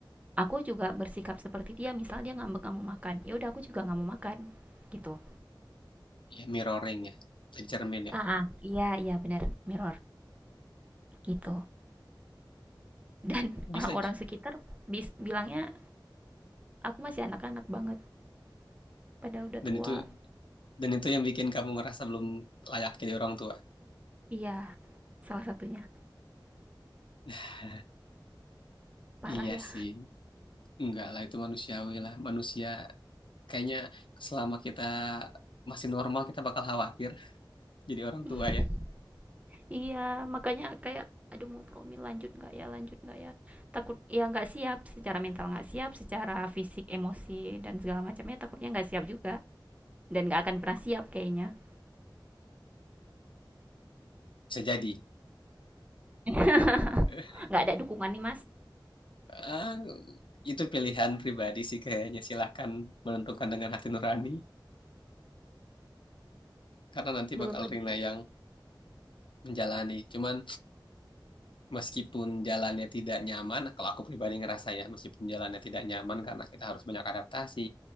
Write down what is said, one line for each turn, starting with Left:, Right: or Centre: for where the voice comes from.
Right: Aku juga bersikap seperti dia, misal dia ngambek nggak mau makan, ya udah aku juga nggak mau makan, gitu.
Left: Ya mirroring ya, jadi cermin ya.
Right: Heeh, iya iya benar mirror gitu. Dan
Left: Bisa.
Right: <laughs> orang-orang sekitar bis bilangnya aku masih anak-anak banget, padahal udah
Left: Dan
Right: tua.
Left: itu dan itu yang bikin kamu ngerasa belum layak jadi orang tua.
Right: Iya, salah satunya.
Left: <laughs>
Right: Parah
Left: Iya
Right: ya.
Left: sih, enggak lah itu manusiawi lah. Manusia kayaknya selama kita masih normal kita bakal khawatir jadi orang
Right: <laughs>
Left: tua ya.
Right: Iya, makanya kayak aduh mau promil lanjut nggak ya lanjut nggak ya takut ya nggak siap secara mental nggak siap secara fisik emosi dan segala macamnya takutnya nggak siap juga dan nggak akan pernah siap kayaknya
Left: Bisa jadi.
Right: <laughs>
Left: <laughs>
Right: nggak ada dukungan nih mas
Left: Ah, itu pilihan pribadi sih kayaknya. Silahkan menentukan dengan hati nurani, karena nanti
Right: belum
Left: bakal
Right: lagi
Left: Rina yang menjalani. Cuman meskipun jalannya tidak nyaman, kalau aku pribadi ngerasa ya, meskipun jalannya tidak nyaman karena kita harus banyak adaptasi,